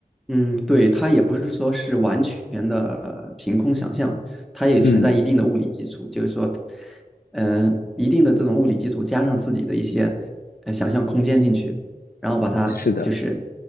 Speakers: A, in the centre; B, on the left (about 70°).
A: 嗯，对，它也不是说是完全的凭空想象，它也存在一定的物理基础，
B: 嗯。
A: 就是说，嗯、一定的这种物理基础加上自己的一些呃想象空间进去，然后把它就是
B: 是的，